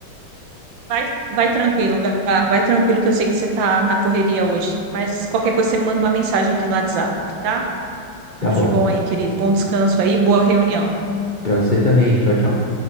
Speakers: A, on the right; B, on the left.
A: Vai, vai tranquilo, Gá. Vai tranquilo que eu sei que você tá na correria hoje. Mas qualquer coisa você me manda uma mensagem aqui no WhatsApp, tá? Tudo
B: Tá bom.
A: de bom aí, querido. Bom descanso aí, boa reunião.
B: Pra você também. Tchau, tchau.